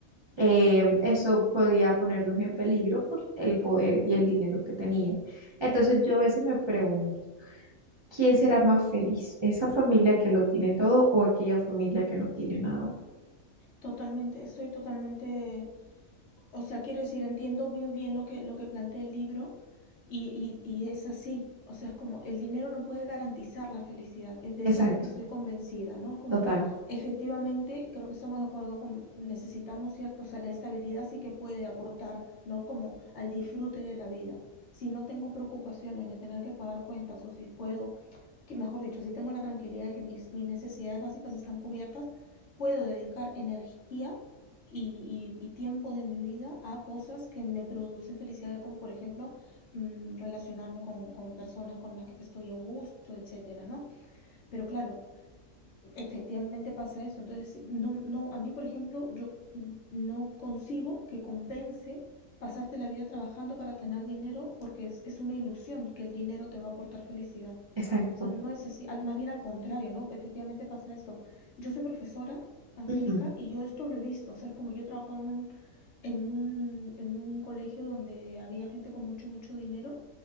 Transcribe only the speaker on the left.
Totalmente, estoy totalmente O sea, quiero decir, entiendo muy bien lo que, lo que plantea el libro y, y- y es así. O sea, es como el dinero no puede garantizar la felicidad. Es de
eso sí que estoy convencida, ¿no? Es como
efectivamente, creo que estamos de acuerdo, como necesitamos cierto, o sea, la estabilidad sí que puede aportar, ¿no? Es como al disfrute de la vida. Si no tengo preocupaciones de tener que pagar cuentas o si puedo, que mejor dicho, si tengo la tranquilidad de que mis, mis necesidades básicas están cubiertas, puedo dedicar energía y, y- y tiempo de mi vida a cosas que me producen felicidad, como por ejemplo mm, relacionarme con, con personas con las que estoy a gusto, etcétera, ¿no? Pero claro, Efectivamente pasa eso. Entonces, sí, no, no, a mí, por ejemplo, yo no concibo que compense pasarte la vida trabajando para tener dinero porque es, es una ilusión que el dinero te va a aportar felicidad.
O sea, no es así, al- más bien al contrario, ¿no? Efectivamente pasa esto. Yo soy profesora, Angélica,
y yo esto lo he visto. O sea, es como yo he trabajado en un, en un, en un colegio donde había gente con mucho, mucho dinero